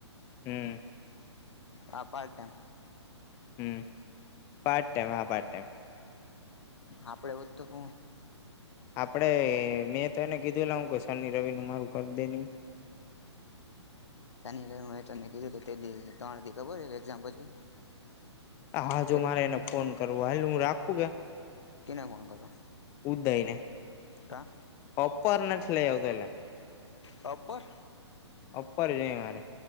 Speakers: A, on the left (about 15°); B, on the left (about 70°).
A: હમ
B: હા પાર્ટ ટાઇમ
A: હમ પાર્ટ ટાઈમ હા પાર્ટ ટાઈમ
B: આપડે વધતું ક
A: આપડે મેં તો એને કીધું લ હું ક શનિ રવિ નું મારું કરી દે ન
B: સાની મે તમને કીધું તો તે ત્રણ દી ખબર હો એક્ઝામ પછી
A: હા જો
B: કેટલા
A: મારે એને ફોન કરવો હાલ હું રાખું લા
B: કેને ફોન કરો
A: ઉદય ને
B: કા
A: અપર નથી લઇ આવતો એટલા
B: અપર
A: ઉપપર જ મારે